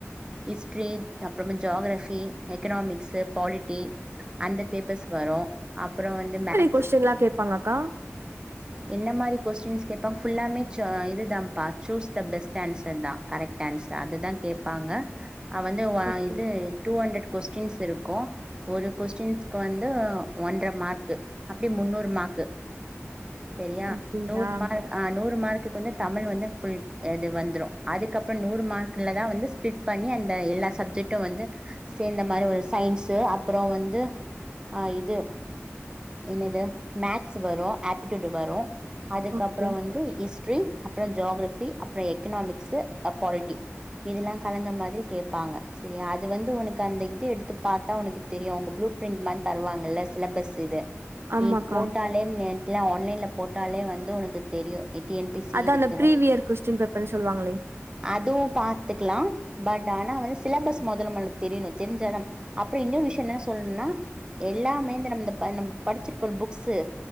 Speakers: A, on the right; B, on the right.
A: ஹிஸ்ட்ரி அப்புறமா ஜாகரஃபி எக்கனாமிக்ஸு பாலிட்டி அந்த பேப்பர்ஸ் வரும் அப்புறம் வந்து மேக்
B: கொஸ்டின் லாம் கேட்பாங்களாக்கா
A: என்ன மாரி கொஸ்டின்ஸ் கேபாங்க ஃபுல்லாமே சு இது தான்ப்பா சூஸ் த பெஸ்ட் ஆன்சர் தான் கரெக்ட் தேங்ஸ் டா அது தான் கேப்பாங்க வந்து ஒ
B: ஓகே
A: இது டூ ஹண்ட்ரட் கொஸ்டின்ஸ் இருக்கும் ஒரு கொஸ்டின்ஸ்கு வந்து ஒன்றரை மார்க்கு அப்டி முன்னூறு மார்க்கு சரியா
B: அப்டிங்களா
A: நூறு மா்க் ஹ நூறு மார்க்குக்கு வந்து தமிழ் வந்து ஃபுல் இது வந்துரும் அதுக்கப்புறம் நூறு மார்க்கலா தான் வந்து சி பிலிட் பண்ணி அந்த எல்லா சப்ஜெக்ட்டும் வந்து சேந்த மாதிரி ஒரு சயின்ஸ் அப்புறம் வந்து ஆ இது என்னது மேக்ஸ் வரும் ஆப்டிடூட் வரும் அதுக்கப்புறம்
B: ஓகே
A: வந்து ஹிஸ் ட்ரி அப்புறம் ஜோகரஃபி அப்புறம் எக்கனாமிக்ஸ் ப்பாலிட்டி இதெல்லாம் கலந்த மாதிரி கேட்பாங்க சரியா அது வந்து உனக்கு அந்த இது எடுத்து பாத்தா உனக்கு தெரியும் அவங்க ப்ளூ பிரிண்ட் மாரி தருவாங்கல்லா சிலபஸ் இது
B: ஆமாக்கா
A: நீ போட்டாலே நெட்லா ஆன்லைன்லா போட்டாலே வந்து உனக்கு தெரியும் எ டி என் பி சி
B: அதா
A: இதுக்கலாம்
B: அந்த ப்ரீவியர் கொஸ்டின் பேப்பர்ன்னு சொல்லுவாங்களே
A: அதுவும் பாத்துக்கலாம் பட் ஆனா வந்து சிலபஸ் முதல்ல நம்மளுக்கு தெரியணும் தெரிஞ்சாதான் அப்புறம் இன்னோரு விஷயம் என்ன சொல்லணும்னா எல்லாமேந்து நம்ம இந்த ப நம் படிச்சிருப்போம் ல புக்ஸ்